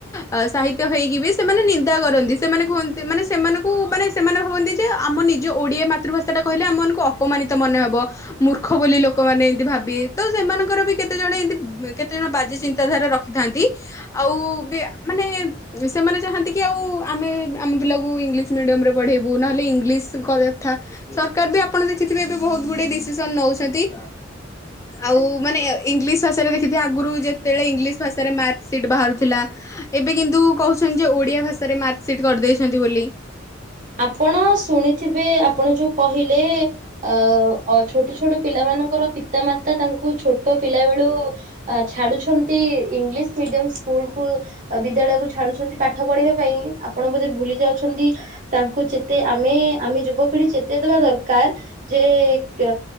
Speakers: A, on the left; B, on the right.
A: ଅ, ସାହିତ୍ୟ ହେଇକି ବି ସେମାନେ ନି ଦା କରନ୍ତି, ସେମାନେ କୁହନ୍ତି ମାନେ ସେମାନଙ୍କୁ ମାନେ ସେମାନେ ଭାବନ୍ତି ଯେ ଆମ ନିଜ ଓଡ଼ିଆ ମାତୃଭାଷା ଟା କହିଲେ ଆମମାନଙ୍କୁ ଅ ପମାନିତ ମନେ ହବ। ମୂର୍ଖ ବୋଲି ଲୋକମାନେ ଏମତି ଭାବିବେ। ତ ସେମାନଙ୍କର ବି କେତେ ଜଣ ଏମତି ଏ କେତେ ଜଣ ବାଜେ ଚିନ୍ତାଧାରା ର ଖିଥାନ୍ତି, ଆଉ ବି ମାନେ ଏ ସେମାନେ ଚାହାଁନ୍ତି କି ଆଉ ଆମେ ଆମ ପିଲାକୁ ଇଂଲିଶ ମିଡିୟମ୍ ରେ ପଢେଇବୁ। ନହେଲେ ଇଂଲିଶ କରେଥା ସରକାର ବି ଆପଣ ଦେଖିଥିବେ ଏବେ ବହୁତ ଗୁଡେ ଡିସିସନ୍ ନଉଛନ୍ତି। ଆଉ ମାନେ ଇଂଲିଶ ଭାଷାରେ ଦେଖିଥିବେ ଆଗରୁ ଯେତେବେଳେ ଇଂଲିଶ ଭାଷାରେ ମାର୍କସିଟ୍ ବାହାରୁଥିଲା। ଏବେ କିନ୍ତୁ କହୁଛନ୍ତି ଯେ ଓଡିଆ ଭାଷାରେ ମାର୍କସିଟ କରିଦେଇଛନ୍ତି ବୋଲି।
B: ଆପଣ ଶୁଣିଥିବେ ଆପଣ ଯୋଉ କହିଲେ ଅ ଅ ଛୋଟ ଛୋଟ ପିଲାମାନଙ୍କର ପିତା ମାତା ତାଙ୍କୁ ଛୋଟ ପିଲା ବେଳୁ ଆ ଛାଡୁଛନ୍ତି ଇଂଲିଶ ମିଡିୟମ ସ୍କୁଲକୁ ବିଦ୍ୟାଳୟକୁ ଛାଡୁଛନ୍ତି ପାଠ ପଢିବା ପାଇଁ ଆପଣ ବୋଧେ ଭୁଲି ଯାଉଛନ୍ତି ତାଙ୍କୁ ଯେତେ ଆମେ ଆମେ ଯୁବପିଢି ଚେତେଇ ଦବା ଦରକାର। ଯେ